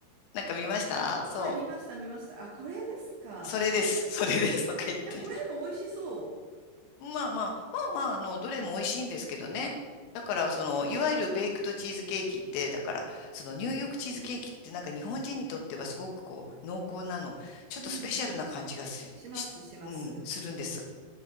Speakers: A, on the left; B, on the right.
A: なんか見ましたそう。
B: はい、見ました見ました。あ、これですか。
A: それです。それですとか言って。
B: あ、これでも美味しそう。
A: まあまあ、まあまあ、あの、どれも美味しいんですけどね。だから、その、いわゆるベイクドチーズケーキって、だから、その、ニューヨークチーズケーキって、なんか日本人にとってはすごくこう、濃厚なの、ちょっとスペシャルな感じがす、
B: うん。します、
A: しうん、
B: します。
A: するんです。